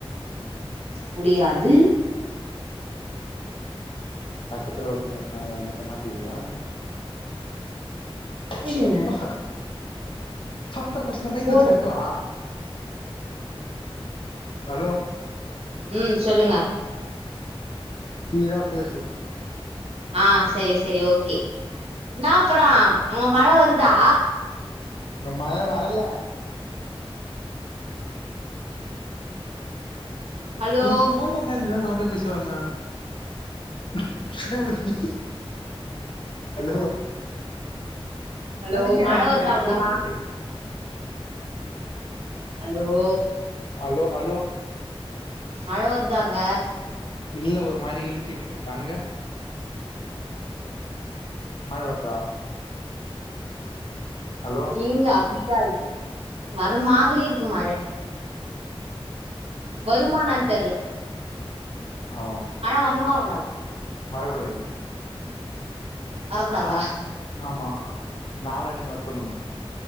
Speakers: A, on the right; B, on the left.
A: முடியாது
B: பக்கத்துல ஒருத்தவங்க இருக்காங்க அவங்ககிட்ட மாட்டிவுடவா
A: விடுங்க.
B: ஸ் அப்பா செந்த பசில மைக்கு
A: போடுங்க.
B: வச்சு கத்தவா ஹலோ
A: ம் சொல்லுங்க
B: சீரா பேசு
A: ஆ சேரி சேரி ஓகே நா அப்ற அங்க மழ வருதா
B: இங்க மழ வரல
A: ஹலோ
B: எப்ப பாத்தாலு என்ன ஏதோ சவுண்டா பேசு வாங்க <unintelligible> ஹலோ
A: ஹலோ
B: அதுக்கே
A: மழை
B: அடிக்கிற
A: வருதாங்களா
B: சொல்லு
A: அலோ
B: அலோ அலோ
A: மழ வருதாங்க
B: இல்ல ஒரு மாரி இருடிட்ருக்கு அங்க மழ வருதா ஹலோ
A: இங்க அப்டிதா இருக்கு வர மாரி இருக்கு மழ வருமான்னானு தெர்ல
B: ஆ
A: வரணுமா வரக்கூடாதா
B: வர கூடாது
A: வரக்கூடாதா
B: நா ஆமா நாலாண்ணைக்கு வர சொல்லுங்க